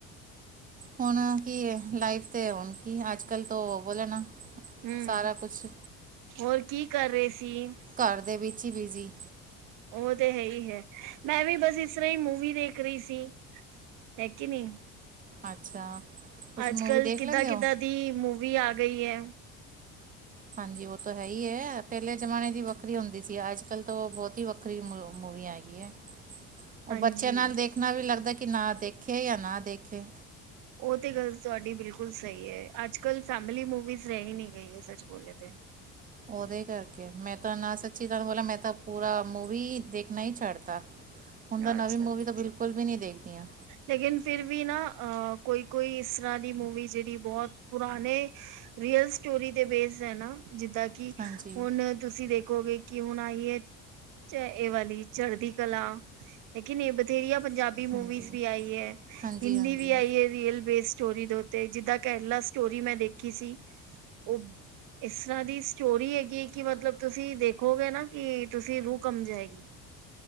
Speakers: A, on the right; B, on the right.
A: ਹੁਣ ਕੀਏ ਲਾਈਫ ਤੇ ਹੁਣ ਕੀ ਅੱਜ ਕੱਲ ਤੋਂ ਬੋਲੇ ਨਾ
B: ਹੂੰ।
A: ਸਾਰਾ ਕੁਛ
B: ਹੋਰ ਕੀ ਕਰ ਰਏ ਸੀ।
A: ਘਰ ਦੇ ਵਿੱਚ ਈ ਬਿਜ਼ੀ
B: ਓ ਤੇ ਹੈ ਹੀ ਹੈ ਮੈਂ ਵੀ ਬਸ ਇਸ ਤਰ੍ਹਾਂ ਹੀ ਮੂਵੀ ਦੇਖ ਰਹੀ ਸੀ। ਹੈ ਕਿ ਨੀ
A: ਅੱਛਾ ਤੁਸੀਂ
B: ਅੱਜ
A: ਮੂਵੀ
B: ਕਲ
A: ਦੇਖ
B: ਕਿੱਦਾਂ
A: ਲੈਂਦੇ
B: ਕਿੱਦਾਂ
A: ਹੋ
B: ਦੀ ਮੂਵੀ ਆ ਗਈ ਐ।
A: ਹਾਂਜੀ ਵੋ ਤੋ ਹੈਈ ਐ ਪੇਲੇ ਜਮਾਨੇ ਦੀ ਵੱਖਰੀ ਹੁੰਦੀ ਸੀ ਅੱਜ ਕੱਲ ਤੋ ਬੋਤ ਹੀ ਵੱਖ ਵੱਖਰੀ ਮਰੂ ਮੂਵੀ ਹੇਗੀ ਐ। ਓ
B: ਹਾਂਜੀ,
A: ਬੱਚਿਆਂ ਨਾਲ ਦੇਖਣਾ ਵੀ ਲੱਗਦਾ ਕਿ ਨਾ ਦੇਖੇ ਯਾ ਨਾ ਦੇਖੇ
B: ਓ ਤੇ ਗੱਲ ਤੁਆਡੀ ਬਿਲਕੁਲ ਸਈ ਐ ਅੱਜ ਕੱਲ ਫੈਮਿਲੀ ਮੂਵੀਜ਼ ਰਏ ਹੀ ਨੀ ਗਈ ਸੱਚ ਬੋਲੇ ਤੇ
A: ਉਦੇ ਕਰਕੇ ਮੈਂ ਤਾਂ ਨਾ ਸੱਚੀ ਤੁਨ ਬੋਲਾ ਮੈਂ ਤਾਂ ਪੂਰਾ ਮੂਵੀ ਦੇਖਣਾ ਹੀ ਛੱਡਤਾ ਹੁਣਦਾ ਨਵੀਂ
B: ਅੱਛਾ
A: ਮੂਵੀ ਤਾਂ ਬਿਲਕੁਲ ਵੀ ਨੀ ਦੇਖਦੀਆਂ
B: ਲੇਕਿਨ ਫਿਰ ਵੀ ਨਾ ਅ ਕੋਈ-ਕੋਈ ਇਸ ਰ੍ਹਾਂ ਦੀ ਮੂਵੀ ਜੇੜੀ ਬੋਤ ਪੁਰਾਣੇ ਰੀਅਲ ਸਟੋਰੀ ਦੇ ਬੇਸ ਹੈ ਨਾ ਜਿੱਦਾਂ ਕਿ
A: ਹਾਂਜੀ,
B: ਹੁਣ ਤੁਸੀਂ ਦੇਖੋਗੇ ਕਿ ਹੁਣ ਆਈਏ 'ਚ ਇਹ ਵਲੀ ਚੜ੍ਹਦੀ ਕਲਾ ਹੈ ਕਿ ਨੀ ਬਥੇਰੀਆਂ ਪੰਜਾਬੀ ਬੀ ਮੂਵੀਜ਼
A: ਹਾਂਜੀ।
B: ਵੀ ਆਈ ਐ
A: ਹਾਂਜੀ-ਹਾਂਜੀ
B: ਹਿੰਦੀ ਵੀ ਆਈ ਐ ਰੀਅਲ ਬੇਸ ਸਟੋਰੀ ਦੋ ਤੇ ਜਿਦਾਂ ਕੇਰਲਾ ਸਟੋਰੀ ਮੈਂ ਦੇਖੀ ਸੀ ਓ ਇਸਰ੍ਹਾਂ ਦੀ ਸਟੋਰੀ ਹੈਗੀ ਐ ਕਿ ਮਤਲਬ ਤੁਸੀਂ ਦੇਖੋਗੇ ਨਾ ਕਿ ਤੁਸੀਂ ਰੂਹ ਕਮ ਜਾਏਗੀ।